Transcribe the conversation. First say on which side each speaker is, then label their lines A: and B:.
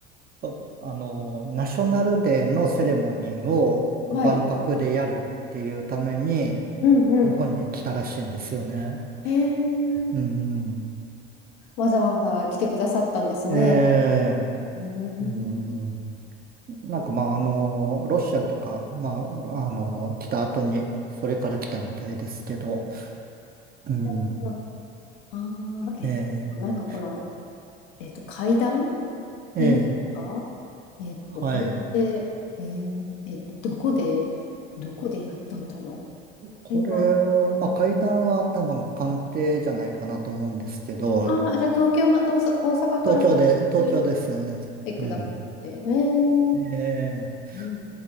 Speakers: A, on the right; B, on the left.
A: とあの、ナショナルデーのセレモニーを万博でやるっていうために、
B: はい。うんうん。
A: 日本に来たらしいんですよね。
B: ええ。うん
A: うんうん。
B: わざわざ来てくださったんですね。
A: ええ、
B: うん。
A: うん。なんかまあ、あの、ロシアとか、まあ、あの、来た後に、それから来たみたいですけど、うん。
B: なるほど。ああ、
A: ええ、
B: え、なんかこの、えっと、階段っ
A: ええ、
B: ていうんですかえっと、
A: はい。
B: これって、えーえっと、どこで、どこでやったんだろ
A: これは、
B: う。これは、
A: まあ、会談は多分官邸じゃないかなと思うんですけど、
B: ああ、じゃあ東京ま、どうさ、大阪から
A: 東京で、東京ですよね。
B: 来てくださって。
A: うん。
B: えー、
A: ええ、
B: うん、